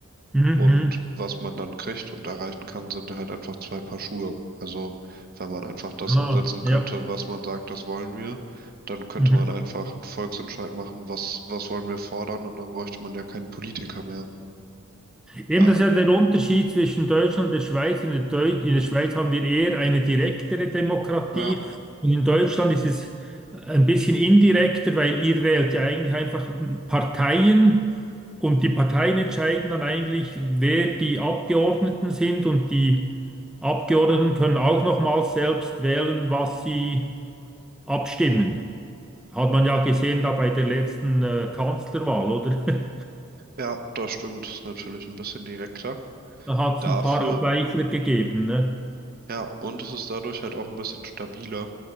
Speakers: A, in the centre; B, on the right.
A: Mhm. mhm.
B: Und was man dann kriegt und erreichen kann, sind ja halt einfach zwei Paar Schuhe. Also wenn man einfach das
A: Ah,
B: umsetzen könnte,
A: ja.
B: was man sagt, das wollen wir, dann könnte
A: Mhm.
B: man einfach einen Volksentscheid machen, was, was wollen wir fordern, und dann bräuchte man ja keinen Politiker mehr.
A: Eben,
B: Äh,
A: das ist ja der Unterschied zwischen Deutschland und der Schweiz. In der, Deu in der Schweiz haben wir eher eine direktere Demokratie
B: ja,
A: und in Deutschland ist es ein bisschen indirekter, weil ihr wählt ja eigentlich einfach Parteien und die Parteien entscheiden dann eigentlich, wer die Abgeordneten sind und die Abgeordneten können auch nochmals selbst wählen, was sie abstimmen. Hat man ja gesehen da bei der letzten äh, Kanzlerwahl, oder? <laughs>
B: ja, das stimmt. Ist natürlich ein bisschen direkter.
A: Da hat es
B: Dafür
A: ein paar Abweichler gegeben, ne?
B: Ja, und es ist dadurch halt auch ein bisschen stabiler,